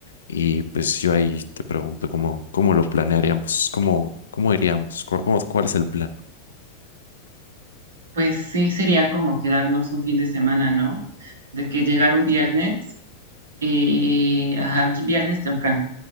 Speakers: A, on the left (about 70°); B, on the right (about 65°).
A: Y pues yo ahí te pregunto cómo, cómo lo planearíamos, cómo, cómo iríamos, cuál, cómo- cuál es el plan.
B: Pues sí, sería como quedarnos un fin de semana, ¿no? De que llegar un viernes, y ajá, un viernes temprano,